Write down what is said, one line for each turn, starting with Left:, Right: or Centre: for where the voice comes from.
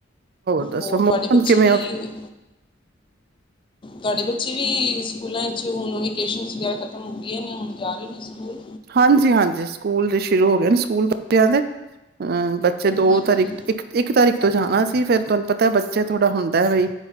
Right: ਦੱਸੋ
Left: ਹੋਰ
Right: ਮੌਸਮ
Left: ਤੁਆਡੀ ਬੱਚੀ
Right: ਕਿਵੇਂ
Left: ਵੀ- ਤਾਡੇ ਬੱਚੇ ਵੀ ਸਕੂਲਾਂ ਵਿੱਚ ਹੁਣ ਵਕੇਸ਼ਨ ਵਗੈਰਾ ਖਤਮ ਹੋ ਗਈਆਂ ਨੇ। ਹੁਣ ਜਾ ਰਹੇ ਨੇ ਸਕੂਲ।
Right: ਹਾਂਜੀ -ਹਾਂਜੀ ਸਕੂਲ ਤੇ ਸ਼ੁਰੂ ਹੋ ਗਏ ਹਨ। ਸਕੂਲ ਬੱਚਿਆਂ ਦੇ। ਆ ਬੱਚੇ ਦੋ
Left: ਹਾਂਜੀ
Right: ਤਾਰੀਕ
Left: ਹਮ,
Right: ਇੱਕ, ਇੱਕ ਤਾਰੀਕ ਤੋਂ ਜਾਣਾ ਸੀ। ਫੇਰ ਤੁਆਨੂੰ ਪਤਾ- ਬੱਚੇ ਥੋੜਾ ਹੁੰਦਾ ਵਈ।